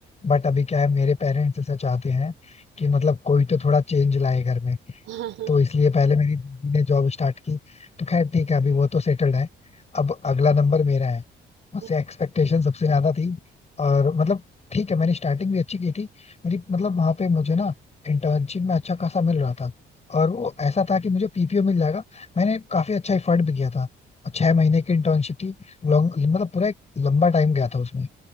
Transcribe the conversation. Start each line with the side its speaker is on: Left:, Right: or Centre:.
Left: बट अभी क्या है मेरे पेरेंट्स ऐसा चाहते हैं कि मतलब कोई तो थोड़ा चेंज लाए घर में
Right: हाँ हाँ
Left: तो इसलिए पहले मेरी दीदी ने जॉब स्टार्ट की तो खैर ठीक है अभी वो तो सेटल्ड है अब अगला नंबर मेरा है उससे
Right: हाँ।
Left: एक्सपेक्टेशन
Right: <laughs>
Left: सबसे ज्यादा थी और मतलब ठीक है मैंने स्टार्टिंग भी अच्छी की थी मेरी मतलब वहां पे मुझे ना इंटर्नशिप में अच्छा खासा मिल रहा था और वो ऐसा था कि मुझे पीपीओ मिल जाएगा मैंने काफी अच्छा एफर्ट भी किया था और छह महीने की इंटर्नशिप थी लॉन्ग मतलब पूरा एक लंबा टाइम गया था उसमें